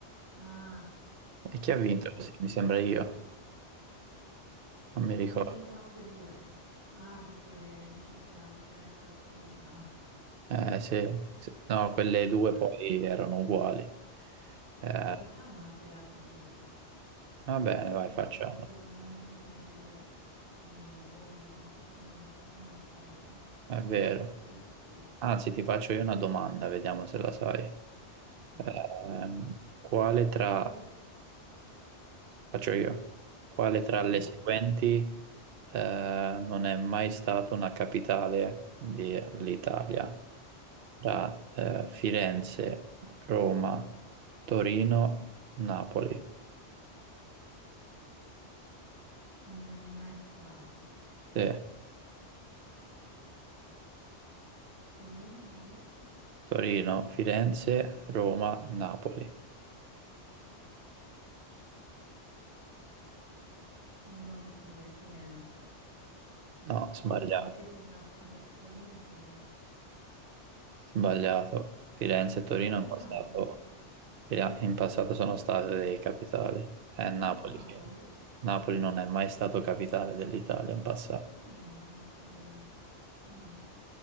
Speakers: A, on the right; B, on the right.
A: Ah,
B: E chi ha vinto?
A: volta.
B: Sì, mi sembra io, non mi ricordo.
A: Non ce ne sono altre due. Ah, perché dice c'è una differenza assurda. <laughs>
B: Eh, sì, sì. No, quelle due
A: Ma,
B: poi erano uguali. Eh,
A: ma facciamolo anche le altre due,
B: va bene, vai,
A: giusto
B: facciamo.
A: perché bisogna finire un lavoro, no? Facciamolo, portiamolo a termine.
B: È vero.
A: Questo quiz.
B: Anzi, ti faccio io una domanda, vediamo se la sai.
A: Ah,
B: Ehm, quale tra,
A: io lo-
B: faccio io, quale tra le
A: sì,
B: seguenti
A: sì.
B: eh, non è mai stata una capitale dell'Italia? Tra eh, Firenze, Roma, Torino, Napoli.
A: non è mai stato.
B: Sì,
A: Torino, mi hai detto?
B: Torino, Firenze, Roma, Napoli.
A: Io la butto per Firenze,
B: No,
A: cioè
B: sbagliato,
A: sono indeciso tra Fo- Torino e Firenze.
B: sbagliato. Firenze e Torino
A: Era
B: è passato.
A: Napoli?
B: Via, in passato sono state dei capitali. È Napoli
A: Era Napoli?
B: che... Napoli non è mai stato capitale dell'Italia in passato.
A: Ma io l'avevo fatto per... strano.